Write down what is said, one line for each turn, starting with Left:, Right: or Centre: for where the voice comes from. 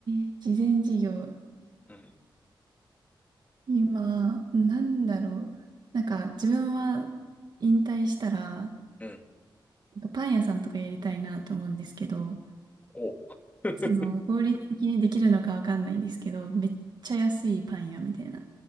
Right: え事前事業。
Left: うん。
Right: 今、なんだろう。なんか、自分は引退したら、
Left: うん。
Right: パン屋さんとかやりたいなと思うんですけど、
Left: お <laughs>
Right: その、法律的にできるのかわかんないんですけど、めっちゃ安いパン屋みたいな。